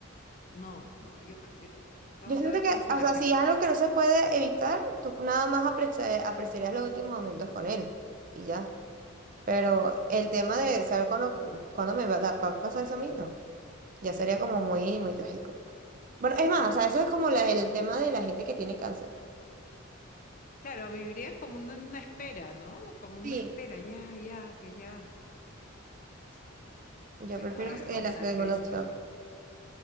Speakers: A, on the left; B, on the right.
A: O- No, no, yo prefiero yo. Vamos
B: Yo siento
A: a ver
B: que,
A: qué dice
B: o
A: la
B: sea,
A: gente.
B: si es algo que no se puede evitar, tú nada más apreci- apreciarías los últimos momentos con él y ya. Pero el tema de saber cuándo, cuándo me va a dar- va a pasar eso a mí, no. Ya sería como muy, muy trágico. Bueno, es más,
A: Ah.
B: o sea, eso es como la- el tema de la gente que tiene cáncer.
A: Claro, viviría como en una espera, ¿no? Como en
B: Sí,
A: una espera, ya, ya, que ya. Sí, no.
B: yo
A: Bueno,
B: prefiero
A: a ver,
B: eh,
A: vamos
B: la segunda
A: a ver qué dice
B: opción.
A: la gente.